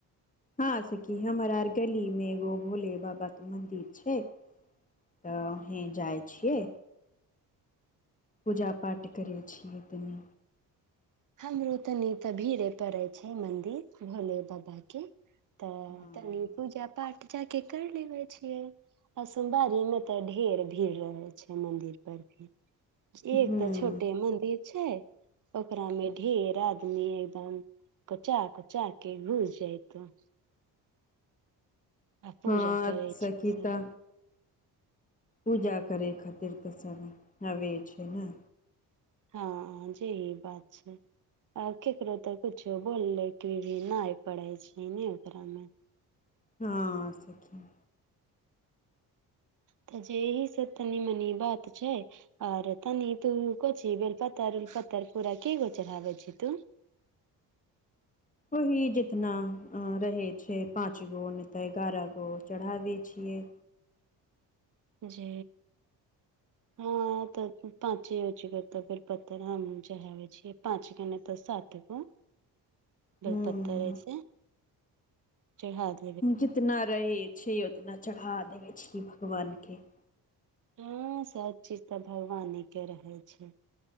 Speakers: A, on the left; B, on the right.
A: हँं सखी हमरा आर गली में एगो भोले बाबा के मंदिर छैय। तऽ अहीं जाइ छियै। पूजा पाठ करै छियै तनी।
B: हमरो तनी तऽ भीड़े पड़े छैय मंदिर भोले बाबा के। तऽ
A: हँ
B: तनि पूजा पाठ जाके कैर लेबे छियै। आ सोमवारी में तऽ ढेर भीड़ रहैय छैय मंदिर पर भी। एक
A: हँ
B: तऽ छोटे मन्दिर छैय ओकरा में ढेर आदमी एकदम कोचा कोचा के घुस जैयतव। आ पूजा
A: हँ
B: करे
A: सखी
B: छै सब
A: त पूजा करै खातिर तऽ सब आबै छैय ने।
B: हँ जे ई बात छैय। आ केकरो तऽ कुछो बोलले के भी न पड़े छैय ने ओकरा मे।
A: हँ सखी।
B: तऽ जेहि से तनी मनी बात छैय। आओर तनी तू कोची बेलपातर उलपातर पूरा केय गो चरहावै छि तू?
A: ओहि जेतना रहै छैय पाँच गो नहि तऽ एगारह गो चढ़ाबै छियै।
B: जी हँ तऽ पाँचे हो त बेलपत्र हमहु चहबै छीयै पाँचगो नहि तऽ सात गो बेल
A: हूँ
B: पत्तर ऐसे चढ़ा दे
A: जितना रहै छैय उतना चढ़ा देबै छीयै भगवानके।
B: हँ सब चीज तऽ भगवाने के रहे छैय